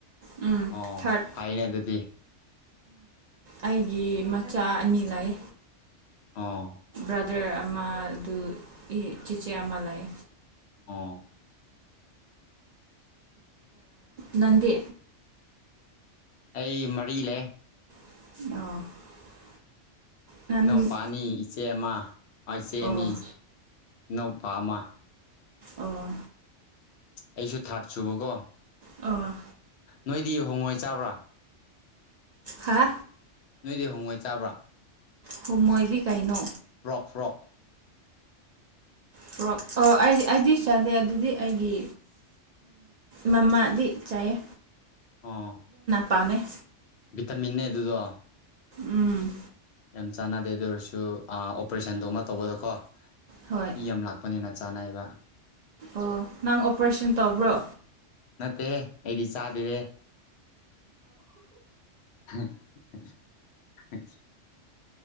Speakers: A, on the right; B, on the left.
A: ꯎꯝ
B: ꯑꯣ
A: ꯊꯥꯔꯠ
B: ꯍꯥꯏꯅꯦ ꯑꯗꯨꯗꯤ
A: ꯑꯩꯒꯤ ꯃꯆꯥ ꯑꯅꯤ ꯂꯥꯛꯑꯦ
B: ꯑꯥ
A: ꯆ꯭ꯔꯗꯔ ꯑꯃ ꯑꯗꯨ ꯆꯤꯆꯦ ꯑꯃ ꯂꯩ
B: ꯑꯥ
A: ꯅꯟꯗꯤ
B: ꯑꯩ ꯃꯔꯤ ꯂꯩ
A: <unintelligible> ꯅꯟ
B: ꯏꯅꯎꯄꯥꯅꯤ ꯏꯆꯦ ꯑꯃ ꯏꯆꯦꯅꯤ
A: ꯑꯣ
B: ꯏꯅꯎꯄꯥ ꯑꯃ
A: ꯑꯣ
B: ꯑꯩꯁꯨ ꯊꯥꯔꯠ ꯁꯨꯕꯀꯣ
A: ꯑ
B: ꯅꯣꯏꯗꯤꯨ ꯍꯣꯡꯉꯣꯏ ꯆꯥꯕ꯭ꯔꯥ
A: ꯍꯥ
B: ꯅꯣꯏꯗꯤ ꯍꯣꯡꯉꯣꯏ ꯆꯥꯕ꯭ꯔꯥ
A: ꯍꯣꯏ ꯃꯣꯏꯗꯤ ꯀꯩꯅꯣ
B: <unintelligible>
A: ꯄꯨ ꯑꯣ ꯑꯩꯗꯤ ꯑꯩꯗꯤ ꯆꯥꯗꯦ ꯑꯗꯨꯗꯤ ꯑꯩꯒꯤ ꯃꯃꯥꯗꯤ ꯆꯥꯏꯌꯦ
B: ꯑꯥ
A: ꯄꯅꯦ
B: ꯕꯤꯇꯃꯤꯟꯅꯦ ꯑꯗꯨꯗꯣ
A: ꯎꯝ
B: ꯌꯥꯝ ꯆꯥꯟꯅꯗꯦ ꯑꯗꯨ ꯑꯣꯏꯔꯁꯨ ꯑꯣꯄꯔꯦꯁꯟꯗꯣ ꯑꯃ ꯇꯧꯕꯗꯀꯣ
A: ꯍꯣꯏ
B: ꯏ ꯑꯃ ꯂꯥꯛꯄꯅꯤꯅ ꯆꯥꯅꯥꯏꯕ
A: ꯑꯣ ꯅꯪ ꯑꯣꯄꯔꯦꯁꯟ ꯇꯧꯕ꯭ꯔꯣ
B: ꯅꯠꯇꯦ ꯑꯩꯗꯤ ꯆꯥꯗꯔꯦ <unintelligible>